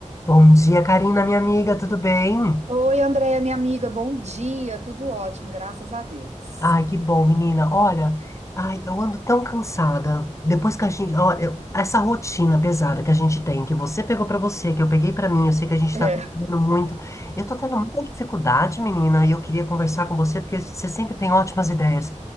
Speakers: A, on the left; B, on the right.
A: Bom dia, Karina, minha amiga, tudo bem?
B: Oi, Andréia, minha amiga, bom dia, tudo ótimo, graças a Deus.
A: Ai, que bom, menina. Olha, ai, eu ando tão cansada. Depois que a gente, olha, eu- essa rotina pesada que a gente tem, que você pegou pra você, que eu peguei pra mim, eu sei que a gente
B: É,
A: tá contribuindo muito. Eu tô tendo muita dificuldade, menina, e eu queria conversar com você porque você sempre tem ótimas ideias.